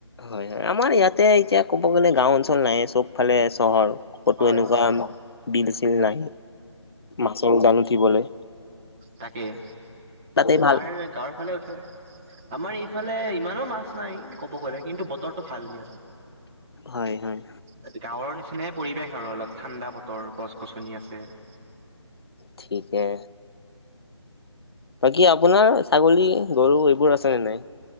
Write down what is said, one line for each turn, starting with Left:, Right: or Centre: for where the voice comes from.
Left: হয় হয় আমাৰ ইয়াতে এতিয়া ক'ব গ'লে গাওঁ অঞ্চল নাই এ চব ফালে চহৰ। ক'তো
Centre: হয়
Left: এনেকুৱা
Centre: চহৰ
Left: বিল চিল নাই, মাছৰ উজান উঠিবলৈ।
Centre: তাকেই
Left: তাতে ভাল।
Centre: আমাৰ গাঁৱৰ ফালে উঠে। আমাৰ এইফালে ইমানো মাছ নাই ক'ব গ'লে কিন্তু বতৰটো ভাল দিয়া।
Left: হয় হয়।
Centre: এ গাঁৱৰ নিচিনাই পৰিৱেশ আৰু অলপ ঠাণ্ডা বতৰ গছ-গছনি আছে ',
Left: ঠিকে, বাকী আপ', আপোনাৰ ছাগলী - গৰু এইবোৰ আছেনে নাই?